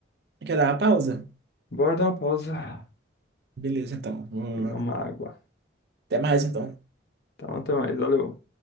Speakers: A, on the right; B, on the left.
A: Quer dar uma pausa?
B: Bora dar uma pausa,
A: Beleza, então. Vou-
B: pegar uma água.
A: Até mais, então.
B: Então, até mais. Valeu.